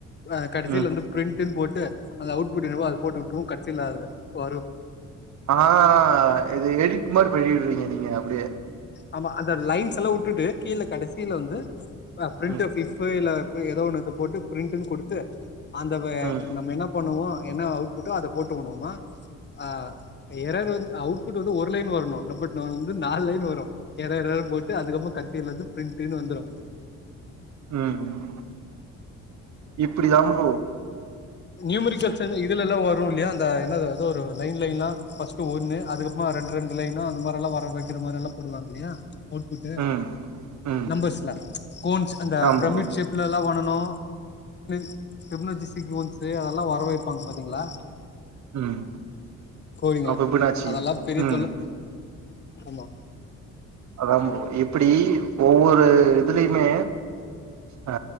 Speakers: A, on the left (about 35°); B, on the right (about 65°).
A: அ கடைசில
B: ம்
A: வந்து பிரிண்ட் போட்டு அந்த அவுட்புட் என்னவோ அத போட்டு உட்ருவோ கடைசில அது வரு
B: ஆ இது எடிட் மாரி பண்ணிடுறீங்க நீங்க அப்டியே
A: ஆமா அந்த லைன்ஸ்ல்லா உட்டுட்டு கீழ கடைசில வந்து பிரிண்ட்டு
B: ம்
A: ஃப் இல்ல ஏதோ ஒன்னத்த போட்டு பிரிண்ட்னு குடுத்து அந்த வே
B: ம்
A: நம்ம என்னாப் பண்ணுவோ அங்க என்னா அவுட்பட்டோ அத போட்டுனுவோமா ஆ எறர் வந்து அவுட்புட் வந்து ஒரு லைன் வரனு பட் ந வந்து நாலு லைன் வரு எறர் எறர் போட்டு அதுக்கப்றோ கடைசில்லந்து பிரிண்ட்ன்னு வந்துரு
B: ம் ம் இப்பிடிதா ப்ரோ
A: நியூமிரிகல்ச இதுல்ல்லா வரு இல்லயா அந்த என்னத ஒரு லைன் லைன்லா ஃபஸ்ட் ஒன்னு அதுக்கப்றமா ரெண்டு ரெண்டு லைனா அந்த மாரில்லா வர வைக்கற மாரில்லா போடுவாங்க இல்லயா அவுட்புட்டு
B: ம் ம்
A: நம்பர்ஸ்ல கோன்ஸ் அந்த
B: ஆமா
A: பிரமிட்
B: ப்ரோ
A: ஷேப் அ இதலா பண்ணணு <unintelligible> டெப்னொசி சிக்வென்ஸு அதெல்லா வர வைப்பாங்க பாத்தீங்ளா
B: ம்
A: கோடீங்கல்லா
B: அப்ப பினாச்சி
A: அதெல்லா பெரிய
B: ம்
A: தொல்ல ஆமா
B: அதா இப்டி ஒவ்வொரு இதுலயுமே ஆ